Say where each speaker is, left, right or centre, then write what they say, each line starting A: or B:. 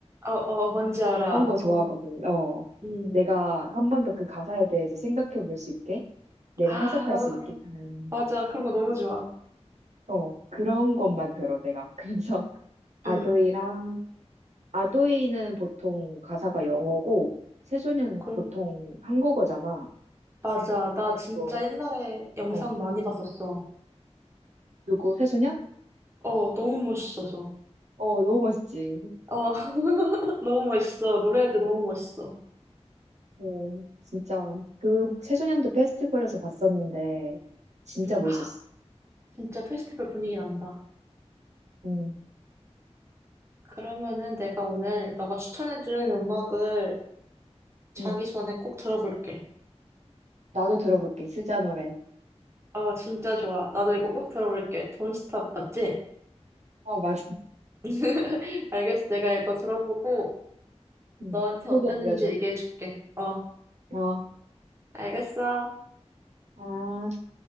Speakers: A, on the right; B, on the right.
A: 어, 어, 뭔지 알아.
B: 그런 거 좋아하거든.
A: 어,
B: 어.
A: 음.
B: 내가 한 번 더 그 가사에 대해서 생각해 볼 수 있게, 내가
A: 아,
B: 해석할
A: 나도
B: 수
A: 그런,
B: 있게 하는,
A: 맞아. 그런 거 너무 좋아.
B: 어, 그런 것만 들어, 내가. <laughs> 그래서 아도이랑
A: 음,
B: 아도이는 보통 가사가 영어고 새소년
A: 그럼,
B: 보통 한국어잖아. 그
A: 맞아.
B: 래
A: 나
B: 가지고
A: 진짜 옛날에 영상
B: 어
A: 많이 봤었어.
B: 누구 새소년?
A: 어, 너무 멋있어서.
B: 어 너무 멋있지.
A: 어, <laughs> 너무 멋있어. 노래할 때 너무 멋있어.
B: 어 진짜 그 새소년도 페스티벌에서 봤었는데 진짜
A: 음,
B: 멋있었어.
A: 아, 진짜 페스티벌 분위기 난다.
B: 응,
A: 그러면은 내가 오늘 너가 추천해준 음악을 자기
B: 응.
A: 전에 꼭 들어볼게.
B: 나도 들어볼게 스자 노래.
A: 아, 진짜 좋아. 나도 이거 꼭 들어볼게. 돈스탑 맞지?
B: 아 맞아.
A: <laughs> 알겠어. 내가 이거 들어보고
B: 응.
A: 너한테
B: 후기
A: 어땠는지
B: 알려줘.
A: 얘기해줄게. 어,
B: 어.
A: 알겠어.
B: 아.